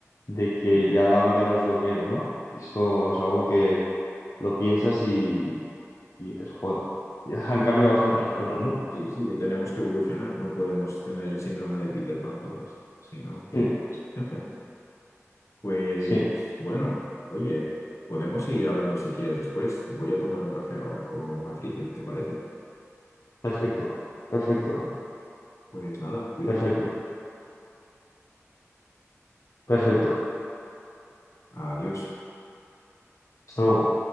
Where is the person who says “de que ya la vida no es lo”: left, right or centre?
Left